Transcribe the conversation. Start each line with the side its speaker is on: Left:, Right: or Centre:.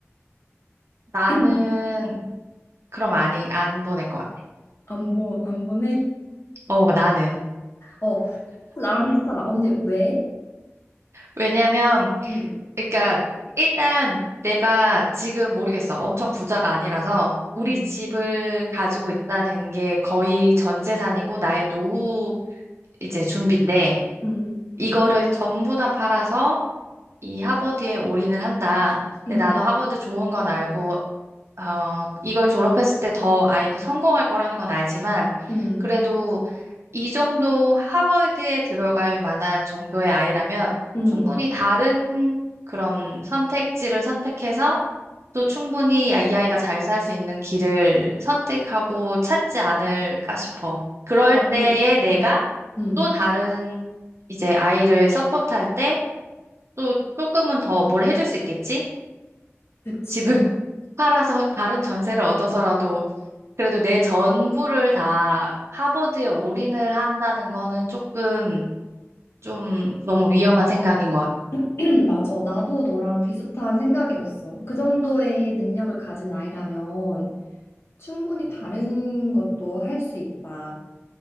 Right: 나는
Left: <clears throat>
Right: 그럼 아니 안 보낼 것 같아.
Left: 안 보, 안 보내?
Right: 어, 나는.
Left: 어, 나랑 비슷하다. 어, 근데 왜?
Right: 왜냐면
Left: 음,
Right: 그러니까 일단 내가 지금 모르겠어. 엄청 부자가 아니라서 우리
Left: 음,
Right: 집을 가지고 있다는 게 거의 전 재산이고 나의 노후 이제 준비인데
Left: 음.
Right: 이거를 전부 다 팔아서 이 하버드에 올인을 한다.
Left: 음,
Right: 근데 나도 하버드 좋은 건 알고 어, 이걸 졸업했을 때 더 아이가 성공할 거라는 건 알지만
Left: 음,
Right: 그래도 이 정도 하버드에 들어갈 만한 정도의 아이라면
Left: 음.
Right: 충분히 다른 그런 선택지를 선택해서 또 충분히 이 아이가 잘 살 수 있는 길을 선택하고 찾지 않을까 싶어. 그럴
Left: 나도,
Right: 때에 내가
Left: 어, 음,
Right: 또 다른 이제 아이를 서포트할 때 또 조금은 더 뭘 해줄 수 있겠지?
Left: 그치.
Right: 집을 <laughs> 팔아서 다른 전세를 얻어서라도 그래도 내 전부를 다 하버드에 올인을 한다는 거는 조금 좀 너무 위험한 생각인 것 같아.
Left: <clears throat> 맞아. 나도 너랑 비슷한 생각이었어. 그 정도의 능력을 가진 아이라면 충분히 다른 것도 할 수 있다.